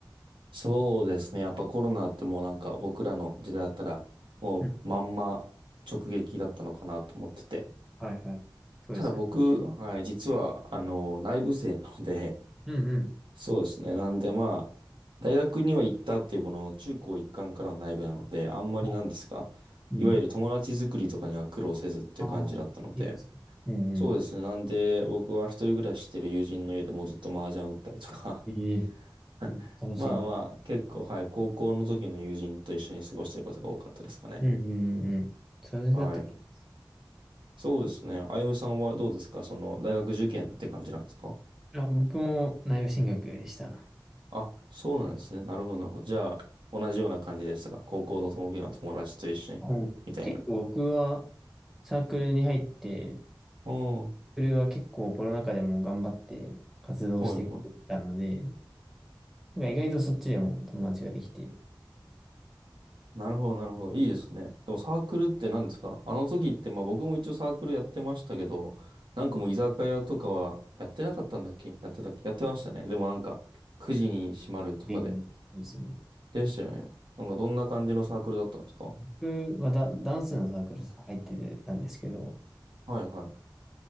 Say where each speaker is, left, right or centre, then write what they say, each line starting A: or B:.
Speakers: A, on the right (about 75°); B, in the centre.
A: そうですね。やっぱコロナってもうなんか僕らの時代だったらもうまんま直撃だったのかなと思ってて。
B: うんはいはい。そうですよね。
A: ただ僕、はい、実はあの内部生なので、<laughs>
B: うん
A: そうですね。なんでまあ、大学には行ったっていうものの中高一貫からの内部なので、あんまりなんですか、
B: はいうん。
A: いわゆる友達作りとかには苦労せずっていう感じだったので、
B: はいうん。ああ、いいですね。うんう
A: そうですね。なんで僕は一人暮らししてる友人の家でもうずっと麻雀打ったりとか
B: ん。ええ
A: <laughs> あまあまあ、
B: うん楽しいな。
A: 結構、はい、高校の時の友人と一緒に過ごしてることが多かったですかね。
B: うんうんうん。それだったらいいです
A: はい。そうですね。あゆむさんはどうですかその、大学受験って感じなんですか
B: よ。あ、僕も内部進学でした。
A: あ、そうなんですね。なるほど、なるほど。じゃあ、同じような感じでしたが、高校の友達の友達と一緒に、
B: うん結構僕は
A: みたいな。
B: サークルに入って、サー
A: おー、
B: クルは結構コロナ禍でも頑張って活動してくれてたので、
A: はいはい。
B: なんか意外とそっちでも友達ができて、
A: なるほど、なるほど。いいですね。でもサークルって何ですかあの時って、まあ僕も一応サークルやってましたけど、なんかもう居酒屋とかはやってなかったんだっけやってたっけやってましたね。でもなんか、9時に閉まるとかで。
B: 営業みたいな、そうですよね。
A: でしたよね。なんかどんな感じのサークルだったんですか
B: 僕はダ、ダンスのサークル入ってたんですけど、
A: はいはい。